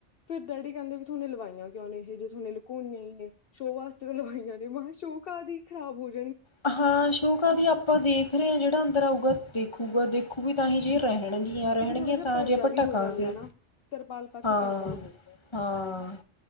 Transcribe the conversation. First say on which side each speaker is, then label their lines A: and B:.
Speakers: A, on the left; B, on the left.
A: ਫੇਰ ਡੈਡੀ ਕੈੰਦੇ ਵੀ ਥੁਣੇ ਲਵਾਈਆਂ ਕਿਓ ਨੇ ਇਹ ਜੇ ਥੁਨੇ ਲੁਕੋਣੀਆਂ ਈ ਨੇ, ਸ਼ੋਅ ਵਾਸਤੇ ਤਾਂ ਲਵਾਈਆਂ ਨੇ ਮੈਂ ਖੈ ਸ਼ੋਅ ਕਾਹਦੀ ਖਰਾਬ ਹੋਜ
B: ਅਹਾਂ ਸ਼ੋ ਕਾਦੀ ਆਪਾਂ ਦੇਖ ਰੇ ਹਾਂ ਜੇੜਾ ਅੰਦਰ ਆਊਗਾ, ਦੇਖੂਗਾ ਦੇਖ ਦੇਖੂ ਵੀ ਤਾਂ ਹੀ ਜੇ ਰੈਹੇਣ ਯਾ ਰੈਣਗੀਆਂ
A: ਇੱਕ ਥੋੜਾ ਜਿਹਾ
B: ਤਾਂ
A: ਪਰਦਾ
B: ਜੇ ਅਪਾਂ
A: ਵੀ
B: ਢੱਕਾਂਗੇ।
A: ਹੋ ਜਾਂਦਾ ਨਾ ਤਰਪਾਲ ਪਾ
B: ਹਾਂ
A: ਕੇ ਪਰਦਾ ਹੋ ਜਾਂਦਾ
B: ਹਾਂ,